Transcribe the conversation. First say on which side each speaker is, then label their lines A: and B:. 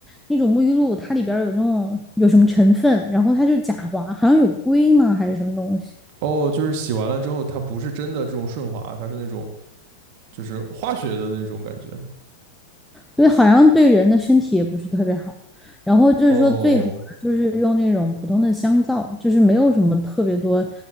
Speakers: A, in the centre; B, on the right (about 45°).
A: 那种沐浴露，它里边儿有那种有什么成分，然后它就假滑，好像有硅吗还是什么东西。
B: 哦，就是洗完了之后，它不是真的这种顺滑，它是那种就是化学的那种感觉。
A: 对，好像对人的身体也不是特别好。然后就是说，
B: 哦，
A: 最好的就是用那种普通的香皂，就是没有什么特别多